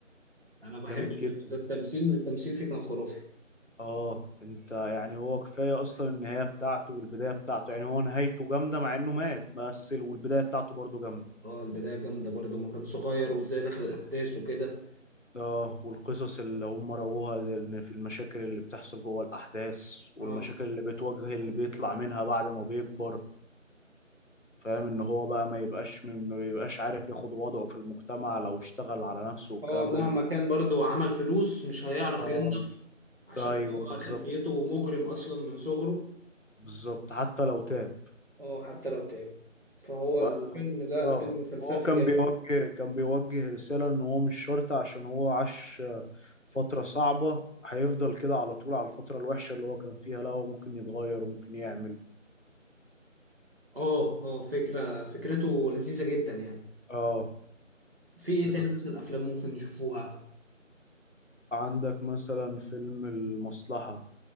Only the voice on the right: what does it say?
أنا بحب
الفيلم
ده التمثيل التمثيل فيه كان خرافي
اه البداية جامدة برضو ما كان صغير وازاي دخل الأحداث وكده
اه
اه مهما
كان برضو عمل فلوس مش هيعرف
ينضف عشان
هو خلفيته مجرم أصلا من صغره
اه حتى لو تعب فهو الفيلم
ده
الفيلم فلسفي
جامد
اه اه فكرة فكرته لذيذة جدا يعني
في ايه
تاني
مثلا افلام ممكن نشوفوها